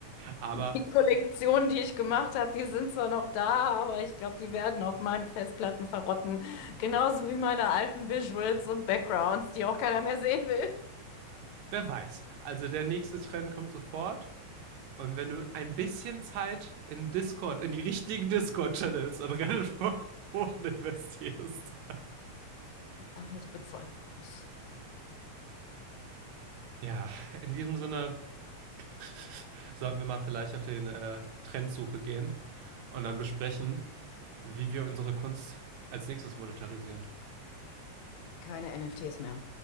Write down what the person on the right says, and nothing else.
Aber
wer weiß. Also der nächste Trend kommt sofort und wenn du ein bisschen Zeit in Discord, in die richtigen Discord-Channels und Reddit-Foren investierst.
Ja, in diesem Sinne <laughs> sollten wir mal vielleicht auf den äh, Trendsuche gehen und dann besprechen, wie wir unsere Kunst als nächstes monetarisieren.